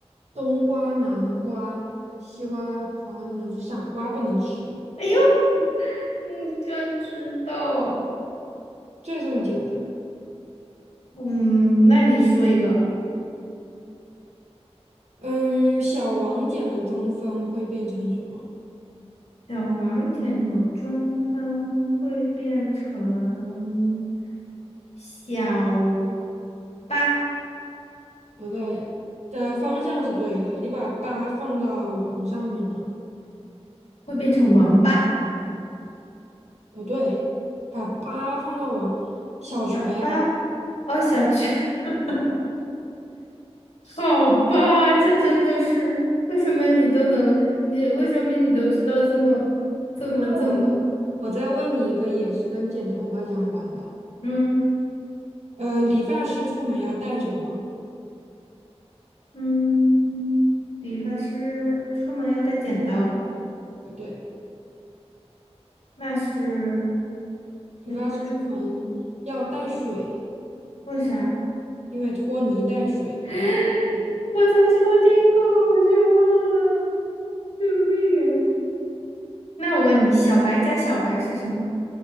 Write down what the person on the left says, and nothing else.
哎呦，你居然知道！
嗯，那你说一个，
小王点的中分会变成小八，
会变成王八，
爸爸，哦，小雀，<laughs> 好吧，这真的是为什么你都能，你为什么你都知道这么这么这么，
嗯
嗯，理发师出门要带剪刀，
那是
理发师为啥？
<laughs> 我怎么记得我听过，我却忘了，救命啊！那我问你，小白加小白是什么？